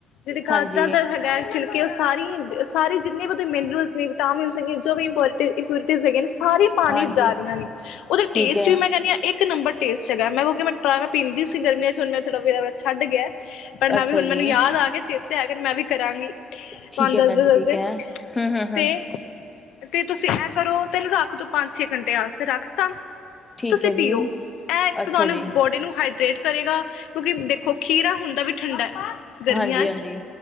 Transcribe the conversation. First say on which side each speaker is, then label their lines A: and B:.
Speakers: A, on the left (about 80°); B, on the left (about 15°).
A: ਜਿਹੜੇ ਗਾਜਰਾਂ
B: ਹਾਂਜੀ,
A: ਦਾ ਹੈਗਾ ਛਿਲਕੇ- ਸਾਰੀ ਸਾਰੇ ਜਿੰਨੇ ਵੀ ਓਹਦੇ ਚ ਮਿਨਰਲਸ ਨੇ, ਵਿਟਾਮਿਨਸ, ਜੋ ਵੀ ਇੰਪੋ-ਇੰਪਿਓਰਟੀਜ਼ ਹੈਗੀਆਂ, ਸ ਸਾਰੀ ਪਾਣੀ
B: ਹਾਂਜੀ
A: ਚ ਜਾ ਰਹੀਆਂ ਨੇ। ਉਧਰ
B: ਠੀਕ
A: ਜਿਵੇਂ
B: ਹੈ।
A: ਮੈਂ ਕਹਿੰਦੀ ਹਾਂ ਇੱਕ ਨੰਬਰ ਟੇਸਟ ਹੈਗਾ, ਮੈਂ ਕਿਉਂਕਿ ਮੈਂ ਪੀਦੀ ਸੀ ਗਰਮੀਆਂ ਚ ਹੁਣ ਥੋੜਾ ਵਕਤ ਹੋਇਆ ਛੱਡ ਗਿਆ। ਪਰ ਮੈਂ
B: ਅੱਛਾ
A: ਵੀ ਹੁਣ
B: ਜੀ,
A: ਮੈਨੂੰ ਯਾਦ ਆ ਗਿਆ ਚਿਰ ਤੇ ਹੈਗ ਮੈਂ ਵੀ ਕਰਾਂਗੀ ਤੁਹਾਨੂੰ
B: ਠੀਕ ਹੈ
A: ਦੱਸਦੇ
B: ਭੈਣ ਜੀ
A: ਦੱਸਦੇ
B: ਠੀਕ ਹੈ ਹਮ-ਹਮ
A: ਤੇ
B: ਹ
A: ਤੇ ਤੁਸੀਂ ਇਹ ਕਰੋ ਤੈਨੂੰ ਰੱਖ ਦੋ ਪੰਜ ਛੇ ਘੰਟੇ ਵਾਸਤੇ ਰੱਖਤਾ
B: ਠੀਕ
A: ਤੁਸੀਂ
B: ਹੈ ਜੀ,
A: ਪੀਓ ਇਹ
B: ਅੱਛਾ
A: ਤੁਹਾਨੂੰ
B: ਜੀ,
A: ਬੋਡੀ ਨੂੰ ਹਾਈਡਰੇਟ ਕਰੇਗਾ ਕਿਉਂਕਿ ਦੇ ਔ ਖੀਰਾ ਹੁੰਦਾ ਵੀ ਠੰਡਾ ਗਰਮੀਆਂ
B: ਹਾਂਜੀ, ਹਾਂਜੀ
A: ਚ